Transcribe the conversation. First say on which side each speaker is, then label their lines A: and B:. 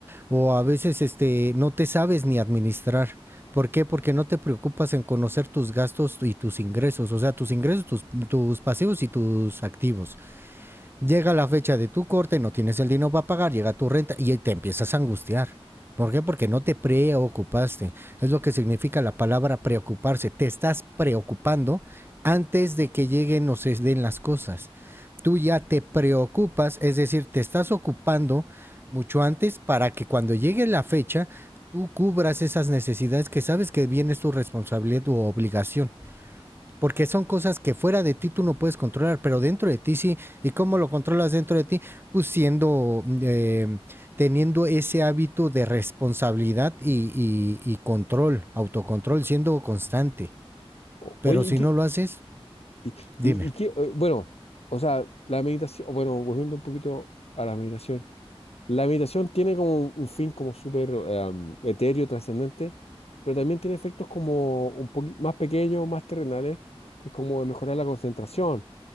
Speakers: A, on the right; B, on the left.
A: o a veces este, no te sabes ni administrar. ¿Por qué? Porque no te preocupas en conocer tus gastos y tus ingresos, o sea, tus ingresos, tus, tus pasivos y tus activos. Llega la fecha de tu corte, no tienes el dinero para pagar, llega tu renta y te empiezas a angustiar. ¿Por qué? Porque no te preocupaste. Es lo que significa la palabra preocuparse. Te estás preocupando antes de que lleguen o se den las cosas. Tú ya te preocupas, es decir, te estás ocupando mucho antes para que cuando llegue la fecha tú cubras esas necesidades que sabes que bien es tu responsabilidad, tu obligación. Porque son cosas que fuera de ti tú no puedes controlar, pero dentro de ti sí. ¿Y cómo lo controlas dentro de ti? Pues siendo, eh, teniendo ese hábito de responsabilidad y, y- y control, autocontrol, siendo constante.
B: O-
A: Pero
B: oye,
A: si
B: ¿y qué,
A: no lo haces,
B: y,
A: dime.
B: y- y qué, eh, bueno, o sea, la meditación, bueno, volviendo un poquito a la meditación. La meditación tiene como un fin como súper em, etéreo, trascendente, pero también tiene efectos como un poquito más pequeños, más terrenales, que es como mejorar la concentración.